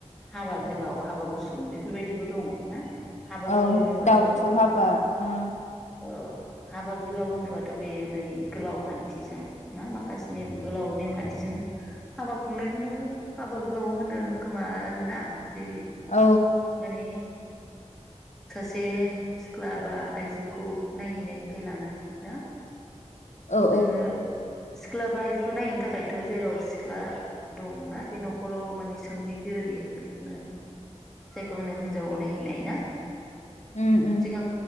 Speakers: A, in the centre; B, on the left.
A: हाबा गोलाव हाबा गुसुं बेफोरबायदिबो दं ना हाबा गोलाव
B: औ
A: होनोबाथ'
B: दाउथु हाबा ओ
A: औ हाबा गोलाव होनोबाथ बे माने गोलाव खान्थिजों ना माखासे नेम गोलाव नेमखान्थिजों हाबा खुंनायखौनो हाबा गोलाव होनो खोमा आरो ना? जेरै
B: औ
A: मानि सासे सिख्ला बा आइजोखौ नायहैनायनिफ्राय लानानै ना
B: औ
A: जोङो
B: औ
A: सिख्ला बा आइजोखौ नायैनो थाखायथ जेराव सिख्ला दंना बे नखराव माने सोंहैगोरोयो बेखौनो जायखौ होनो हिनजावाव नायहैनाय ना?
B: उम उम
A: सिगां